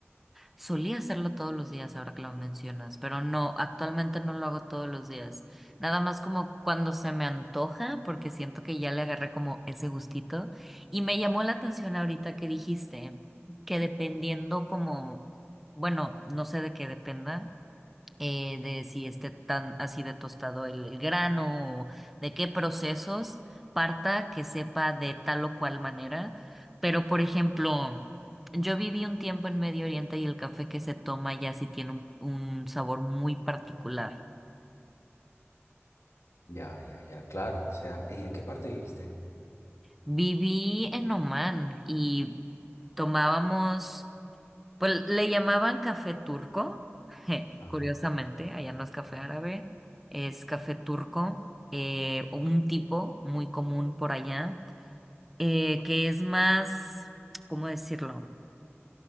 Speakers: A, in the centre; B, on the left.
A: Solía hacerlo todos los días, ahora que lo mencionas, pero no, actualmente no lo hago todos los días. Nada más como cuando se me antoja, porque siento que ya le agarré como ese gustito. Y me llamó la atención ahorita que dijiste que dependiendo como, bueno, no sé de qué dependa, eh, de si esté tan así de tostado el, el grano o de qué procesos parta que sepa de tal o cual manera. Pero, por ejemplo, yo viví un tiempo en Medio Oriente y el café que se toma ya sí tiene un, un sabor muy particular.
B: Ya, ya, ya, claro. O sea, ¿en en qué parte viviste?
A: Viví en Oman y tomábamos. Pues le llamaban café turco, <laughs>
B: Ajá.
A: curiosamente, allá no es café árabe, es café turco, eh, un tipo muy común por allá, eh, que es más, ¿cómo decirlo?